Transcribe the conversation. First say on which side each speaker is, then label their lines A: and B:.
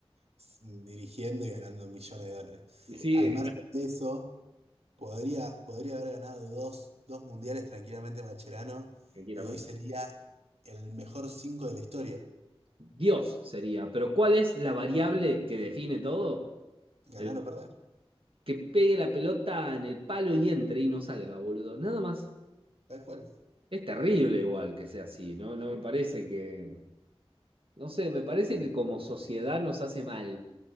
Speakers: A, on the right; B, on the right.
A: s- dirigiendo y ganando millones de dólares.
B: Y sí,
A: Al margen de eso. Podría, podría haber ganado dos, dos mundiales tranquilamente Macherano
B: <laughs> tranquilamente.
A: y hoy sería el mejor cinco de la historia.
B: Dios sería, pero ¿cuál es la variable que define todo?
A: Ganar
B: El
A: o perder,
B: que pegue la pelota en el palo y entre y no salga, boludo. Nada más.
A: tal cual.
B: Es terrible igual que sea así, ¿no? No me parece que, no sé, me parece que como sociedad nos hace mal,